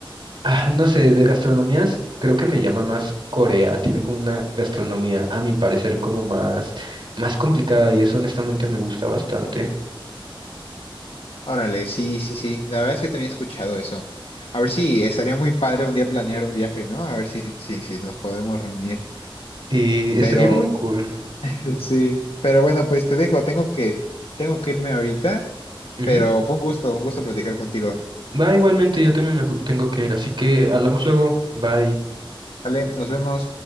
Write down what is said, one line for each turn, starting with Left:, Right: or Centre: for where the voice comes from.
Right: Ah, no sé, de gastronomías creo que me llama más Corea. Tienen como una gastronomía, a mi parecer, como más, más complicada y eso honestamente me gusta bastante.
Left: Órale, sí, sí, sí. La verdad es que también he escuchado eso. A ver si estaría muy padre un día planear un viaje, ¿no? A ver si, si, si nos podemos reunir.
Right: Sí, estaría
Left: Pero
Right: muy cool.
Left: <laughs> sí, pero bueno, pues te dejo. Tengo que, tengo que irme ahorita,
Right: Ujú.
Left: pero fue un gusto, un gusto platicar contigo.
Right: Va, igualmente, yo también me ju- tengo que ir, así que hablamos luego. Bye.
Left: Vale, nos vemos.